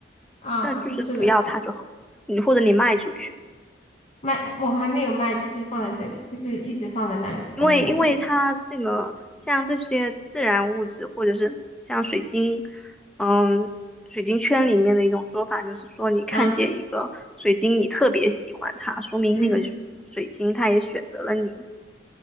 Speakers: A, on the left; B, in the centre.
A: 啊好像是的，
B: 那就是不要它就好，你或者你卖出去，
A: 卖我还没有卖，就是放在这里，
B: 嗯，
A: 就是一直放在那里，
B: 因为因为它这个像这些自然物质或者是像水晶，
A: 反正，
B: 嗯，水晶圈里面的一种说法就是说，你看见一个水晶，
A: 嗯
B: 你特别喜欢它，说明那个水晶它也选择了你。
A: 嗯，